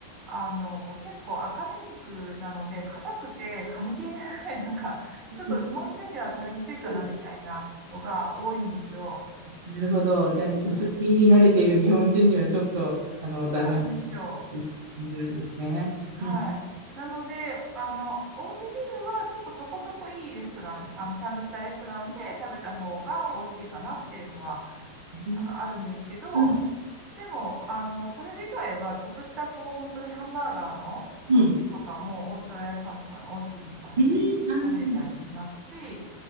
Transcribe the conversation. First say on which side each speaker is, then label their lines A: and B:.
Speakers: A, on the right; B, on the right.
A: あの、結構赤身肉なので、硬くて噛み切れないぐらい、なんか、<laughs> ちょっと日本人には食べにくいかなみたいなのが多いんですよ。
B: なるほど。うんなるほど。じゃあ、薄切りに慣れている日本人にはちょっと、
A: はい、
B: あの、
A: そうなんですよ。
B: ダメみたいな感じなんですね。
A: はい。
B: うん。
A: なので、あの、オージービーフはちょっとそこそこいいレストラン、あの、ちゃんとしたレストランで食べた方が美味しいかなっていうのは、
B: うん。
A: なんかあるんですけど、
B: うん。
A: でも、あの、それ以外は、ちょっとした、こう、本当にハンバーガーのお肉とかも、
B: うん
A: オーストラリア産とかの美味しいのとかで結構食べれたりしますし、
B: えーあー、そうなんだ。